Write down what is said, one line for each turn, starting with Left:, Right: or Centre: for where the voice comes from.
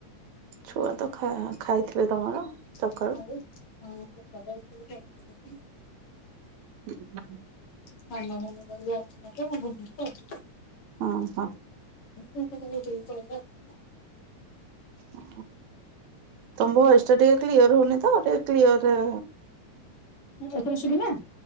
Right: ଛୁଆ ତ ଖା- ଖାଇଥିବେ ତମର?
Left: <inaudible>
Right: ସକାଳୁ ହୁଁ ହୁଁ <inaudible>
Left: <unintelligible>
Right: ହଁ- ହଁ।
Left: <unintelligible>
Right: ଓ ତମ ଭଏସ୍ ଟା ଟିକେ କ୍ଲିୟର୍ ହଉନି ତ ଟିକେ କ୍ଲିୟର୍ ରେ
Left: ଏଇଥର ଶୁବିଲା?